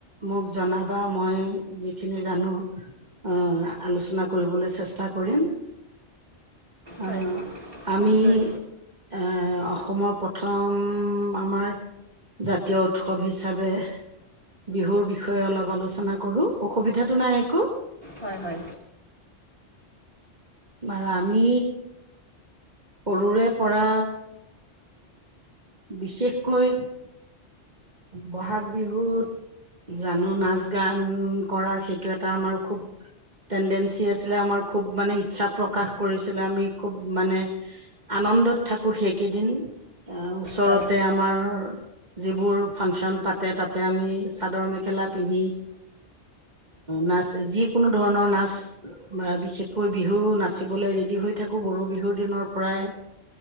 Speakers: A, on the right; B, on the right.
A: মোক জনাবা, মই যিখিনি জানো। অ' আলোচনা কৰিবলৈ চেষ্টা কৰিম।
B: হয়
A: অ আমি
B: নিশ্চয়
A: এ অসমৰ প্ৰথম আমাৰ জাতীয় উৎসৱ হিচাপে বিহুৰ বিষয়ে অলপ আলোচনা কৰোঁ। অসুবিধাতটো নাই একো?
B: হয়-হয়
A: আৰু আমি সৰুৰে পৰা বিশেষকৈ বহাগ বিহুত জানো নাচ-গান কৰাৰ সেইটো এটা আমাৰ খুব টেনডেঞ্চি আছিলে, আমাৰ খুব মানে ইচ্ছা প্ৰকাশ কৰিছিলে, আমি খুব মানে আনন্দত থাকো সেইকেইদিন এ, ওচৰতে
B: হয়
A: আমাৰ যিবোৰ ফাংচন পাতে তাতে আমি চাদৰ মেখেলা পিন্ধি, নাচ যিকোনো ধৰণৰ নাচ বা বিশেষকৈ বিহু নাচিবলৈ ৰেডি হৈ থাকো, গৰু বিহুৰ দিনৰ পৰাই